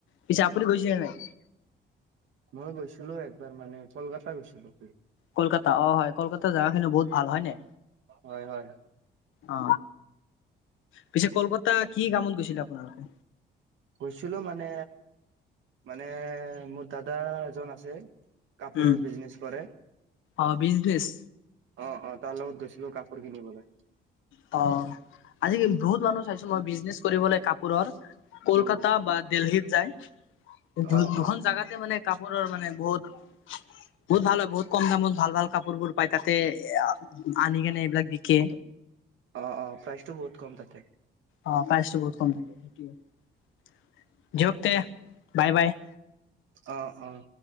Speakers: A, on the left; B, on the right.
A: পিছে আপুনি গৈছেনে নাই?
B: মই গৈছিলো একবাৰ মানে কলকাতা গৈছিলো।
A: কলকাতা অ হয়। কলকাতা জেগা খিনি বহুত ভাল। হয় নাই?
B: হয় হয়।
A: অ। পিছে কলকাতা কি কামত গৈছিলে আপোনালোকে?
B: গৈছিলো মানে মানে মোৰ দাদা এজন আছে। কাপোৰৰ
A: উম
B: বিজনেছ কৰে।
A: অ, বিজনেছ?
B: অ অ। তাৰ লগত গৈছিলো কাপোৰ কিনিবলৈ
A: অ। আজি বহুত মানুহ চাইছো মই বিজনেচ কৰিবলে কাপোৰৰ, কলকাতা
B: উম
A: বা দেলহিত যায়। দু
B: অ
A: দুখন
B: অ
A: জেগাতে মানে কাপোৰৰ মানে বহুত বহুত ভাল হয়। বহুত কম দামত ভাল ভাল কাপোৰ বোৰ পায় তাতে। <unintelligible> আনি কেনে এইবিলাক বিকে।
B: অঁ অঁ প্ৰাইচটো বহুত কম থাকে।
A: অ প্ৰাইচটো বহুত কম থাকে সেইটোৱে। দিয়ক তে, বাই বাই।
B: অ, অ।